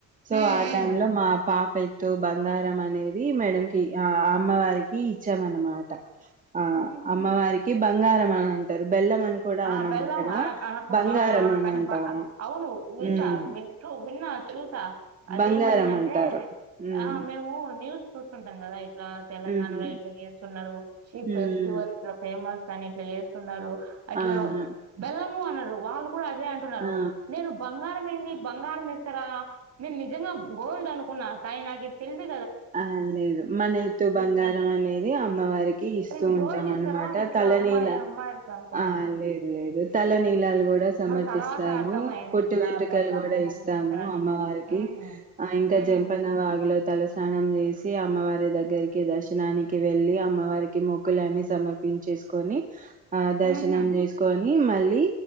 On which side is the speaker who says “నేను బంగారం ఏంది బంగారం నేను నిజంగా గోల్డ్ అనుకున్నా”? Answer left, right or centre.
Right